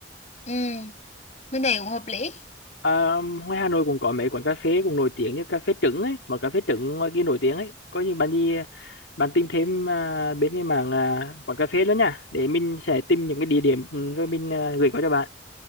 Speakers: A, on the left (about 40°); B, on the left (about 80°).
A: ừ Mình thấy cũng hợp lý.
B: à, ngoài Hà Nội cũng có mấy quán cà phê cũng nổi tiếng như cà phê trứng ấy mà cà phê trứng ngoài kia nổi tiếng ấy có như bạn gì bạn tìm thêm à, bên cái mảng à, quán cà phê nữa nha để mình sẽ tìm những cái địa điểm ừ, rồi mình à, gửi qua cho bạn